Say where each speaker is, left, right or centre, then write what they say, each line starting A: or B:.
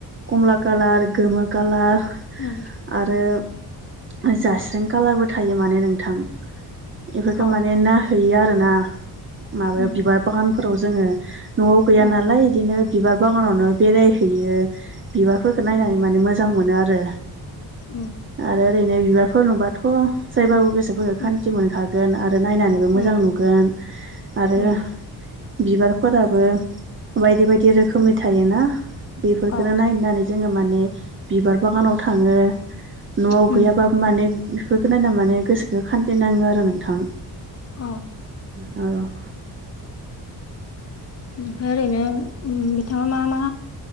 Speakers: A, on the right; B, on the left.
A: कमला कालार गोमो कालार
B: ओम
A: आरो जास्रें कालारबो थायो माने नोंथां इफोरखो
B: अ
A: माने नाहैैयो आरो ना माबायाव
B: उम
A: बिबार बागानफोराव जोङो न'आव गैया
B: उम
A: नालाय इदिनो बिबार बागानावनो बेरायहैयो बिबारफोरखौ नायनानै माने मोजां मोनो आरो
B: ओ
A: आरो ओरैनो बिबारफोर नुबाथ' जायबाबो गोसोफोरखौ
B: उम
A: खान्थि मोनखागोन आरो नायनानैबो मोजां
B: उम
A: नुगोन आरो
B: उम
A: बिबारफोराबो बायदि बायदि रोखोमनि थायोना बेफोरफोरखोनो
B: अ
A: नायनो नानै जोङो माने बिबार बागानाव थाङो नवाव
B: उम
A: गैयाबाबो माने बिफोरखौ नायना माने गोसोखो खान्थि नाङो आरो नोंथां
B: अ
A: औ
B: ओमफाय ओरैनो उम बिथाङा मा मा